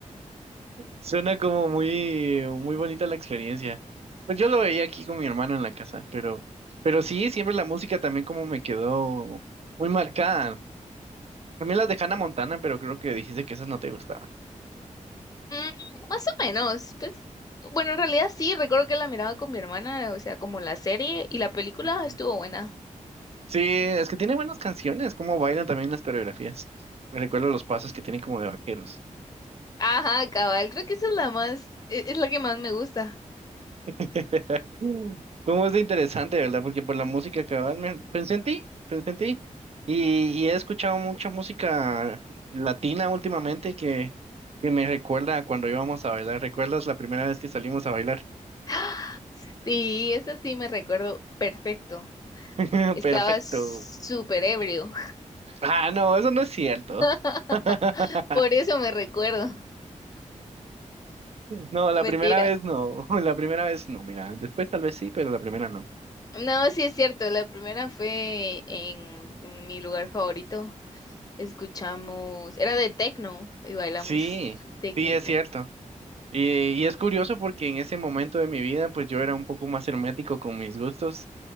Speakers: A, on the right; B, on the left.
A: Suena como muy, muy bonita la experiencia. Pues yo lo veía aquí con mi hermano en la casa, pero, pero sí, siempre la música también como me quedó muy marcada. También las de Hannah Montana, pero creo que dijiste que esas no te gustaban.
B: Mm, más o menos, pues, bueno, en realidad sí, recuerdo que la miraba con mi hermana, o sea, como la serie y la película
A: Ujú.
B: estuvo buena.
A: Sí, es que tiene buenas canciones, como bailan también las coreografías. Me recuerdo los pasos que tienen como de vaqueros.
B: Ajá, cabal, creo que esa es la más, e- es la que más me gusta.
A: <laughs> ¿Cómo es de interesante, verdad? Porque por la música cabal, me- pensé en ti, pensé en ti. Y, y he escuchado mucha música latina últimamente que, que me recuerda a cuando íbamos a bailar. ¿Recuerdas la primera vez que salimos a bailar?
B: <gasps> Sí, esa sí me recuerdo perfecto.
A: <laughs>
B: Estaba
A: Perfecto.
B: súper ebrio.
A: Ah, no, eso no es cierto.
B: <laughs>
A: <laughs>
B: Por eso me recuerdo.
A: No, la
B: Mentira.
A: primera vez no, <laughs> la primera vez no, mira, después tal vez sí, pero la primera no.
B: No, sí es cierto. La primera fue en, en mi lugar favorito. Escuchamos, era de techno y bailamos
A: Sí,
B: tecnito.
A: sí, es cierto. Y, y es curioso porque en ese momento de mi vida, pues yo era un poco más hermético con mis gustos